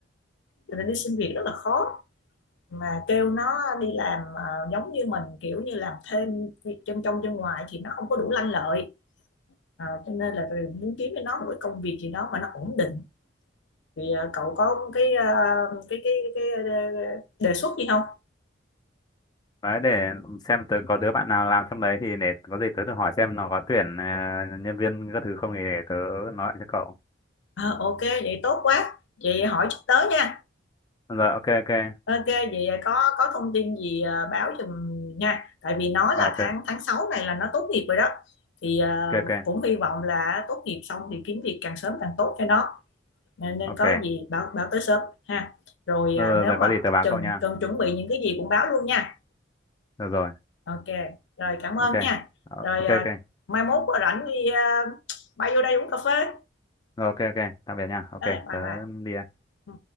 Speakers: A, on the left; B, on the left.
A: cho nên đi xin việc rất là khó mà kêu nó đi làm ờ, giống như mình kiểu như làm thêm việc chân trong chân ngoài thì nó không có đủ lanh lợi Ờ, cho nên là rồi muốn kiếm cho nó một cái công việc gì đó mà nó ổn định thì ờ, cậu có cái ờ, cái cái cái ờ, đề xuất gì không
B: Đấy để xem tớ có đứa bạn nào làm trong đấy thì để có gì tớ thử hỏi xem nó có tuyển ờ, nhân viên các thứ không thì để tớ nói lại cho cậu.
A: Ờ, ok vậy tốt quá vậy hỏi chút tới nha
B: Rồi ok ok.
A: ok vậy có có thông tin gì ờ, báo giùm nha tại vì nó
B: Ờ,
A: là
B: ok
A: tháng
B: ok
A: tháng 6 này là nó tốt nghiệp rồi đó thì ờ,
B: ok.
A: cũng hy vọng là tốt nghiệp xong thì kiếm việc càng sớm càng tốt cho nó nên,
B: Ok.
A: có gì báo báo tới shop ha rồi
B: Rồi,
A: à,
B: rồi,
A: nếu
B: rồi
A: mà
B: có gì tớ báo
A: cần
B: cậu nha.
A: cần chuẩn bị những cái gì cũng báo luôn nha
B: Được rồi.
A: ok rồi cảm ơn
B: Ok.
A: nha
B: Ờ,
A: rồi
B: ok
A: à,
B: ok.
A: mai mốt có rảnh thì à, bay vô đây uống cà phê
B: Rồi ok ok. Tạm biệt nha. Ok,
A: Ờ, bye
B: tớ
A: bye
B: đi đây.
A: Ừ.